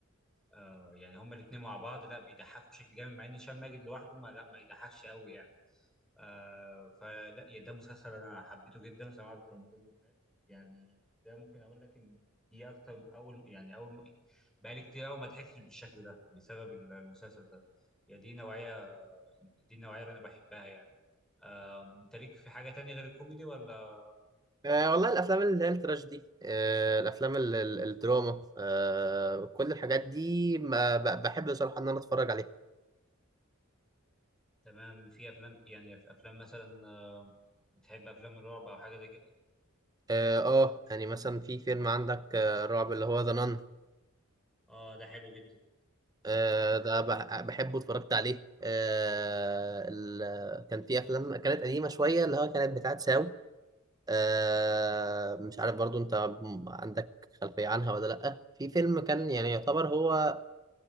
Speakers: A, in the centre; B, on the right (about 20°).
A: آه يعني هما الاتنين مع بعض لا بيضحكوا بشكل جامد مع ان هشام ماجد لوحده ما لا ما يضحكش قوي يعني آه فلا يا ده مسلسل انا حبيته جدا سمعته في رمضان اللي فات يعني ده ممكن اقول لك ان دي اكتر اول يعني اول م- بقالي كتير قوي ما ضحكتش بالشكل ده بسبب المسلسل ده يا دي نوعيه دي النوعيه اللي انا بحبها يعني آه انت ليك في حاجه تانية غير الكوميدي ولا
B: أه والله الافلام اللي هي التراجيدي أه الافلام ال- ال- الدراما أه كل الحاجات دي ما ب- بحب بصراحه ان انا اتفرج عليها
A: تمام في افلام يعني في افلام مثلا آه، بتحب افلام الرعب او حاجه زي كده
B: اه آه، يعني مثلا في فيلم عندك آه، رعب اللي هو ذا نان
A: اه ده حلو جدا
B: أه ده بح- بحبه اتفرجت عليه أه ال- كان في افلام كانت قديمه شويه اللي هو كانت بتاعت ساو آه، مش عارف برضو انت م- عندك خلفية عنها ولا لأ في فيلم كان يعني يعتبر هو